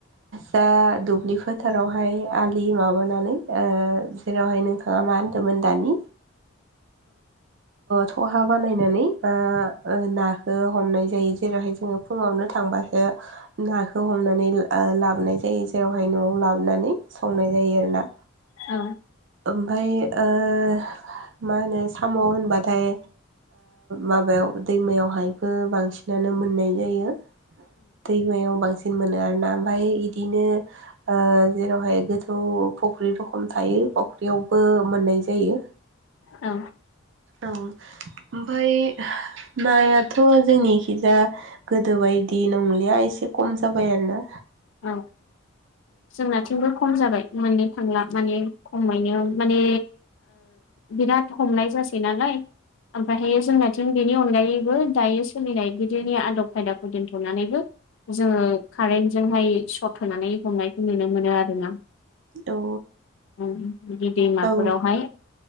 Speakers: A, on the right; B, on the left.
A: दा दुब्लि फोथारावहाय आलि माबानानै। जेरावहाय नोंथांङा मा होनदोंमोन दानि।
B: <inaudible>
A: थहा बानायनानै बा ना। हमनाय जायो जेरैहाय जोंङो फुंङावनो थांबासो नाखौ हमनानै लाबोनाय जायो। जेरावहाय नआव लाबोनानै संनाय जायो आरो ना।
B: औ।
A: ओमफ्राय ओ । मा होनो साम' होनबाथाय माबायाव दैमायावहायबो बांसिनानो। मोननाय जायो दैमायाव बांसिन मोनो आरोना ओमफ्राय बिदिनो। जेरावहाय गोथौ फख्रि रखम थायो फख्रियावबो मोननाय जायो।
B: औ
A: औ। ओमफ्राय नायाथ' जोंनिखिजाय गोदोनि बायदि नंलिया एसे खम। खम जाबाय आरो ना।
B: औ जोंनिथिंबो खम जाबाय मोननो थांला माने खम। खमायनो माने बिराद हमनाय जासै नालाय। ओमफ्रायहाय जोंनाथिं बेनि अनगायैबो दायो सोलिनाय गोदोनि आदब खायदाखौ दोनथ'नानैबो। जोङो कारेन्टजोंहाय सर्ट होनानै हमनायखौ नुनो मोनो आरो ना।
A: औ
B: उम बिदि दैमाफोरावहाय
A: औ